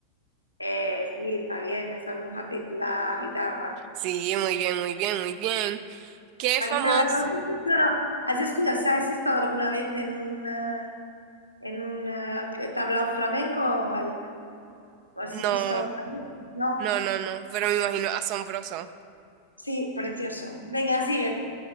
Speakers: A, on the left; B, on the right.
A: Eh, sí, está bien, está muy fácil. La guitarra.
B: Sí, muy bien, muy bien, muy bien. ¿Qué
A: La
B: famoso?
A: guitarra, ¿tú has escuchado, has escuchado, o sea, has estado alguna vez en un, eh, en un eh, tablao flamenco o, al- o has
B: No,
A: visto alguna vez? No.
B: no, no, no, pero me imagino asombroso.
A: Sí, precioso. Venga, sigue.